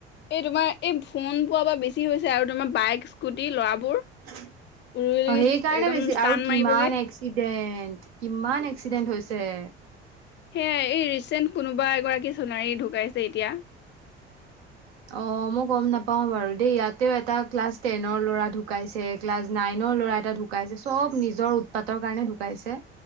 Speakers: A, on the left; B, on the right.
A: এই তোমাৰ এই ফোন পোৱা বা বেছি হৈছে আৰু তোমাৰ বাইক স্কুটি ল'ৰাবোৰ।
B: অঁ'
A: উৰুলি
B: সেইকাৰণে
A: একদম
B: বেছি আৰু
A: টান
B: কিমান
A: মাৰিবগে
B: এক্স এক্সিডেণ্ট কিমান এক্সিডেণ্ট হৈছে।
A: সেয়াই, এই ৰিচেণ্ট কোনোবা এগৰাকী সোণাৰী ঢুকাইছে এতিয়া।
B: অঁ' মই গম নাপাও বাৰু দেই, ইয়াতেও এটা ক্লাছ টেনৰ ল'ৰা ঢুকাইছে। ক্লাছ নাইনৰ ল'ৰা এটা ঢুকাইছে, চ'ব নিজৰ উৎপাতৰ কাৰণে ঢুকাইছে।